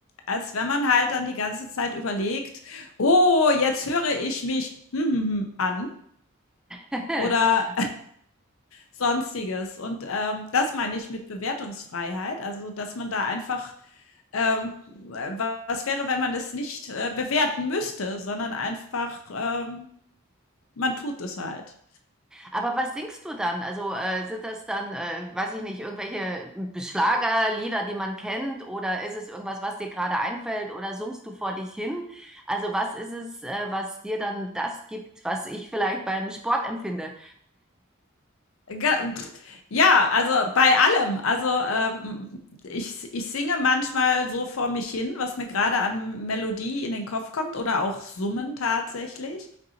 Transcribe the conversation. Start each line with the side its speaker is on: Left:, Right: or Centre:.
Left: als wenn man halt dann die ganze Zeit überlegt: „Oh, jetzt höre ich mich hm hm hm an“
Centre: <laughs>
Left: oder Sonstiges. Und ähm, das meine ich mit Bewertungsfreiheit, also dass man da einfach, ähm, was wäre, wenn man es nicht äh, bewerten müsste, sondern einfach, ähm, man tut es halt.
Centre: Aber was singst du dann? Also äh, sind das dann, äh, weiß ich nicht, irgendwelche Schlagerlieder, die man kennt, oder ist es irgendwas, was dir gerade einfällt, oder summst du vor dich hin? Also was ist es, äh, was dir dann das gibt, was ich vielleicht beim Sport empfinde?
Left: Ge- Ja, also bei allem. Also ähm, ich, ich singe manchmal so vor mich hin, was mir gerade an Melodie in den Kopf kommt oder auch summen tatsächlich.